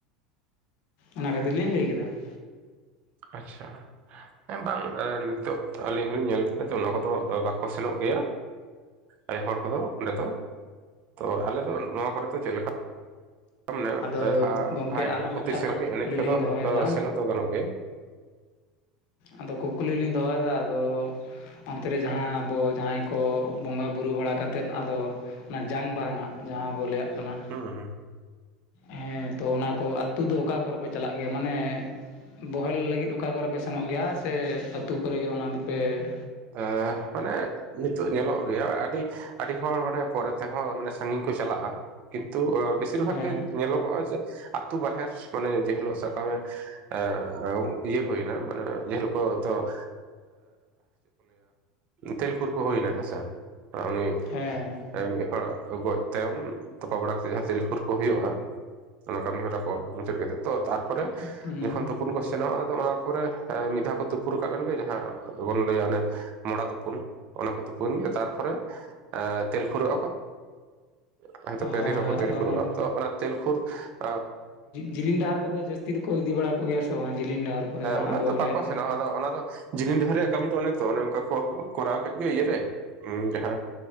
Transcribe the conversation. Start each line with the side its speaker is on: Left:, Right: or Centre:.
Left: ᱚᱱᱟ ᱠᱷᱟᱹᱛᱤᱨ ᱞᱤᱧ ᱞᱟᱹᱭ ᱠᱮᱫᱟ ᱾
Right: ᱟᱪᱪᱷᱟ ᱾ ᱦᱮᱸ ᱵᱟᱝ ᱱᱤᱛᱚᱜ ᱟᱹᱞᱤᱧ ᱦᱚᱞᱤᱧ ᱧᱮᱞ <unintelligible> ᱱᱚᱣᱟ ᱠᱚᱫᱚ ᱵᱟᱠᱚ ᱥᱮᱱᱚᱜ ᱜᱮᱭᱟ ᱟᱭᱳ ᱦᱚᱲ ᱠᱚᱫᱚ ᱱᱤᱛᱚᱜ ᱛᱚ ᱟᱞᱮ ᱫᱚ ᱱᱚᱣᱟ ᱠᱚᱨᱮ ᱫᱚ ᱪᱮᱫᱞᱮᱠᱟ ᱼᱼ <unintelligible>
Left: ᱟᱫᱚ ᱜᱚᱢᱠᱮ ᱟᱨᱦᱚᱸ
Right: ᱯᱨᱚᱛᱤ
Left: ᱢᱤᱫᱴᱟᱝ
Right: ᱥᱮᱱ
Left: ᱦᱟᱸᱜ
Right: ᱮᱱᱮᱡ
Left: ᱠᱩᱠᱞᱤ
Right: ᱠᱚᱫᱚ
Left: ᱞᱤᱧ ᱫᱚᱦᱚᱭᱮᱫᱟ
Right: ᱥᱮᱱᱚᱜ ᱫᱚ ᱜᱟᱱᱚᱜ ᱜᱮᱭᱟ ᱾
Left: ᱟᱫᱚ ᱠᱩᱠᱞᱤ ᱞᱤᱧ ᱫᱚᱦᱚᱭᱮᱫᱟ ᱟᱫᱚ ᱼᱼ ᱚᱱᱛᱮ ᱨᱮ ᱡᱟᱦᱟᱸ ᱟᱵᱚ ᱡᱟᱦᱟᱸᱭ ᱠᱚ ᱵᱚᱸᱜᱟᱼᱵᱩᱨᱩ ᱵᱟᱲᱟ ᱠᱟᱛᱮᱫ ᱟᱫᱚ ᱼᱼ ᱚᱱᱟ ᱡᱟᱝᱵᱟᱦᱟᱱᱟᱜ ᱡᱟᱦᱟᱸ ᱵᱚ ᱞᱟᱹᱭᱟᱜ ᱠᱟᱱᱟ ᱾
Right: ᱦᱮᱸ ᱦᱮᱸ
Left: ᱦᱮᱸ ᱛᱚ ᱚᱱᱟ ᱠᱚ ᱟᱛᱩ ᱫᱚ ᱚᱠᱟ ᱠᱚᱨᱮᱯᱮ ᱪᱟᱞᱟᱜ ᱜᱮᱭᱟ ᱢᱟᱱᱮ ᱼᱼ ᱵᱚᱦᱮᱞ ᱞᱟᱹᱜᱤᱫ ᱚᱠᱟ ᱠᱚᱨᱮ ᱯᱮ ᱥᱮᱱᱚᱜ ᱜᱮᱭᱟ ᱥᱮ ᱟᱹᱛᱩ ᱠᱚᱨᱮ ᱜᱮ ᱚᱱᱟ ᱫᱚᱯᱮ ᱾
Right: ᱟ ᱢᱟᱱᱮ ᱼᱼ ᱧᱮᱞᱚᱜ ᱜᱮᱭᱟ ᱟᱹᱰᱤ ᱟᱹᱰᱤ ᱦᱚᱲ ᱢᱟᱱᱮ ᱯᱚᱨᱮ ᱛᱮᱦᱚᱸ ᱢᱟᱱᱮ ᱥᱟᱜᱤᱧ ᱠᱚ ᱪᱟᱞᱟᱜᱼᱟ ᱠᱤᱱᱛᱩ ᱼᱼ <unintelligible>
Left: ᱦᱮᱸ
Right: ᱠᱤᱱ ᱧᱮᱞᱚᱜᱚᱜᱼᱟ ᱡᱮ ᱟᱛᱳ ᱵᱟᱦᱮᱨ ᱢᱟᱱᱮ ᱡᱮ ᱦᱤᱞᱳᱜ ᱥᱟᱠᱟᱢᱮ ᱼᱼ ᱤᱭᱟᱹ ᱦᱩᱭᱱᱟ ᱢᱟᱱᱮ <unintelligible> ᱦᱚᱛᱚ ᱼᱼ ᱛᱤᱞᱠᱩᱨᱠᱚ ᱦᱩᱭᱱᱟ ᱦᱮᱸᱥᱮ ᱩᱱᱤ
Left: ᱦᱮᱸᱻ ᱦᱮᱸ
Right: ᱢᱤᱫ ᱦᱚᱲᱚᱲ ᱜᱚᱭ ᱛᱟᱭᱚᱢ ᱛᱚᱯᱟ ᱵᱟᱲᱟ ᱠᱟᱮᱛ ᱡᱟᱸᱦᱟ ᱛᱮᱞᱠᱩᱨ ᱠᱚ ᱦᱩᱭᱩᱜᱼᱟ ᱚᱱᱟ ᱠᱟᱹᱢᱤᱦᱚᱨᱟ ᱠᱚ ᱢᱩᱪᱟᱹᱫ ᱠᱟᱛᱮ ᱛᱚ ᱛᱟᱨᱯᱚᱨᱮ
Left: ᱦᱩᱸ
Right: ᱡᱚᱠᱷᱚᱱ ᱛᱩᱯᱩᱱ ᱠᱚ ᱥᱮᱱᱚᱜᱼᱟ ᱼᱼ ᱟᱫᱚ ᱚᱱᱟ ᱯᱚᱨᱮ ᱢᱤᱫ ᱫᱷᱟᱣ ᱠᱚ ᱛᱩᱯᱩ ᱨᱟᱠᱟᱵ ᱜᱮ ᱡᱟᱦᱟᱸ ᱟᱫᱚ ᱵᱩᱱ ᱼᱼ ᱞᱟᱹᱭ ᱟᱞᱮ ᱢᱚᱲᱟ ᱛᱩᱯᱩᱱ ᱚᱱᱟ ᱠᱚ ᱛᱩᱯᱩᱱ ᱛᱟᱨᱯᱚᱨᱮ ᱛᱮᱞ ᱯᱷᱩᱨᱩᱣ ᱦᱚᱸᱛᱳ <unintelligible> ᱯᱮᱫᱤᱱ
Left: ᱦᱳᱭ
Right: ᱨᱮᱠᱚ
Left: ᱟᱫᱚ
Right: ᱛᱮᱞᱠᱷᱩᱨᱚᱜᱼᱟ
Left: ᱚᱱᱮ
Right: ᱛᱚ ᱚᱱᱟ ᱛᱮᱞᱠᱷᱩᱨ ᱾
Left: ᱡᱤᱞᱤᱧ ᱰᱟᱦᱟᱨ ᱠᱚᱫᱚ ᱡᱟᱹᱥᱛᱤ ᱫᱚᱠᱚ ᱤᱫᱤ ᱵᱟᱲᱟ ᱠᱚᱜᱮᱭᱟ ᱥᱮ ᱵᱟᱝ ᱡᱤᱞᱤᱧ ᱰᱟᱦᱟᱨ ᱠᱚ ᱡᱟᱦᱟᱸ
Right: ᱩᱱᱟᱹᱜ
Left: ᱟᱵᱚ
Right: ᱫᱚ
Left: ᱵᱚᱞᱮ?
Right: ᱵᱟᱠᱚ ᱟᱫᱚ ᱚᱱᱟ ᱫᱚ ᱡᱤᱱᱤ ᱰᱟᱦᱟᱨ ᱨᱮᱭᱟᱜ ᱠᱟᱹᱢᱤ ᱼᱼ ᱛᱳ ᱚᱱᱮ ᱛᱚ ᱚᱱᱮ ᱚᱱᱠᱟ ᱠᱚ ᱠᱚᱨᱟᱣ ᱠᱮᱫ ᱜᱮ ᱤᱭᱟᱹ ᱨᱮ ᱡᱟᱦᱟᱸ